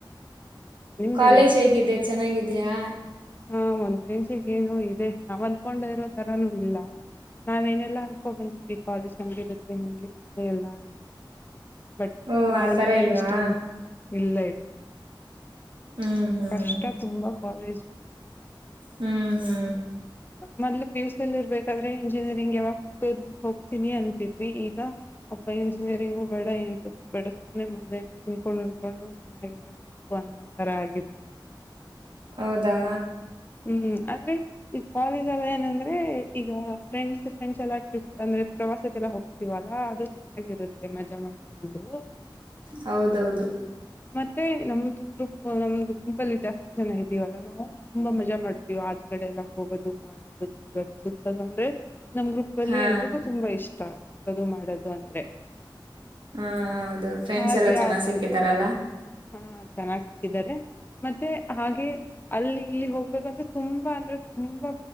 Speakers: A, on the left; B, on the right.
A: ಹ್ಮ್ ನಿಮ್ದೆಲ್ಲ
B: ಕಾಲೇಜ್ ಹೇಗಿದೆ, ಚೆನ್ನಾಗಿದ್ ಗಿದ್ಯಾ.
A: ಹಾ ಒಂದ್ ರೇಂಜ್ ಗೇನೋ ಇದೆ ನಾವ್ ಅನ್ಕೊಂಡ್ ಇರೋ ತರನೂ ಇಲ್ಲ ನಾವೇನೆಲ್ಲಾ ಅನ್ಕೊ ಬಂದಿದ್ವಿ ಕಾಲೇಜ್ ಹಂಗ್ ಇರತ್ತೆ ಹಿಂಗಿರುತ್ ಎಲ್ಲಾನೂ ಬಟ್
B: ಓ
A: ನಾವ್
B: ಆತರ
A: ಅನ್ಕೊಂಡಷ್ಟೇನ್
B: ಇಲ್ವಾ
A: ಇಲ್ಲ ಇಲ್ <inaudible>
B: ಹ್ಮ್ ಹ್ಮ್
A: ಕಷ್ಟ ತುಂಬಾ ಕಾಲೇಜು.
B: ಹ್ಮ್ ಹೂ.
A: ಮೊದ್ಲು ಪಿಯುಸಿಲ್ ಇರ್ಬೇಕಾದ್ರೆ ಇಂಜಿನಿಯರಿಂಗ್ ಯಾವಾಗ್ ಹೋಗದ್ ಹೋಗ್ತೀನಿ ಅಂತಿದ್ವಿ, ಈಗ ಅಪ್ಪ ಇಂಜಿನಿಯರಿಂಗೂ ಬೇಡ ಎಂತದೂ ಬೇಡ ಸುಮ್ನೆ ಮನೇಲ್ ತಿನ್ಕೊಂಡ್ ಉಣ್ಕೊಂಡು ಚೆನ್ನಾಗಿದ್ರೆ ಸಾಕು ಅನ್ನೋ ತರ ಆಗಿದೆ.
B: ಹೌದಾ?
A: ಹ್ಮ್, ಆದ್ರೆ ಈಗ್ ಕಾಲೇಜಲ್ ಏನಂದ್ರೆ ಈಗ ಫ್ರೆಂಡ್ಸ್ ಫ್ರೆಂಡ್ಸ್ ಎಲ್ಲ ಟ್ರಿಪ್ ಅಂದ್ರೆ ಪ್ರವಾಸಕ್ಕೆಲ್ಲಾ ಹೋಗ್ತೀವಲ್ಲಾ ಅದು. ಚೆನ್ನಾಗಿರುತ್ತೆ ಮಜಾ ಮಾಡ್ಕೊಂಡು.
B: ಹೌದೌದು.
A: ಮತ್ತೆ ನಮ್ದು ಗ್ರೂಪ್ ನಮ್ದು ಗ್ರುಪಲ್ಲಿ ಜಾಸ್ತಿ ಜನ ಇದ್ದೀವಲ್ಲಾ ನಾವು. ತುಂಬಾ ಮಜಾ ಮಾಡ್ತೀವಿ ಆಚಗಡೆ ಎಲ್ಲ ಹೋಗೋದು ಮಾಡೋದು ತಿರುಗದು ಸುತ್ತದು ಅಂದ್ರೆ. ನಮ್ ಗ್ರೂಪ್ ಅಲ್ಲಿ
B: ಹಾ
A: ಎಲ್ರಿಗೂ ತುಂಬಾ ಇಷ್ಟ. ದು ಮಾಡದು ಅಂದ್ರೆ.
B: ಹಾ ಹೌದು ಫ್ರೆಂಡ್ಸ್
A: ಹಾಗೆ
B: ಎಲ್ಲಾ ಚೆನ್ನಾಗ್ ಸಿಕ್ಕಿದಾರಲ್ಲಾ.
A: ಹಾ ಚೆನ್ನಾಗ್ ಸಿಕ್ಕಿದ್ದಾರೆ ಮತ್ತೆ ಹಾಗೆ ಅಲ್ಲಿ ಇಲ್ಲಿ ಹೋಗ್ಬೇಕಂದ್ರೆ ತುಂಬಾ ಅಂದ್ರೆ ತುಂಬಾ